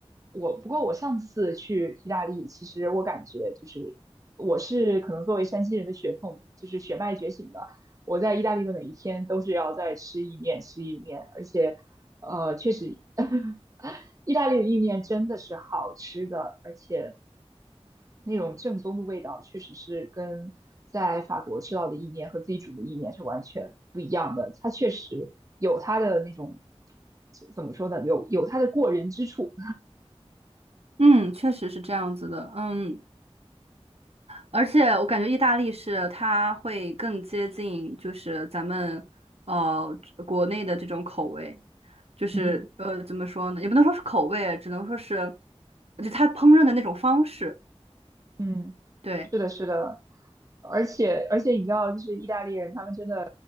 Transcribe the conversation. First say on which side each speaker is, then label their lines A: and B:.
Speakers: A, on the right; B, on the right.
A: 我不过我上次去意大利，其实我感觉就是我是可能作为山西人的血统就是血脉觉醒的，我在意大利的每一天都是要在吃意面吃意面，而且。呃，确实 <laughs>，<laughs> 意大利的意面真的是好吃的，而且那种正宗的味道，确实是跟在法国吃到的意面和自己煮的意面是完全不一样的。它确实有它的那种，怎怎么说呢？有有它的过人之处。
B: 嗯，确实是这样子的，嗯，而且我感觉意大利是它会更接近就是咱们呃国内的这种口味，就是呃怎么说呢，
A: 嗯
B: 也不能说是口味，只能说是就它烹饪的那种方式。
A: <laughs> 嗯，
B: 对。
A: 是的，是的，而且而且你知道，就是意大利人他们真的，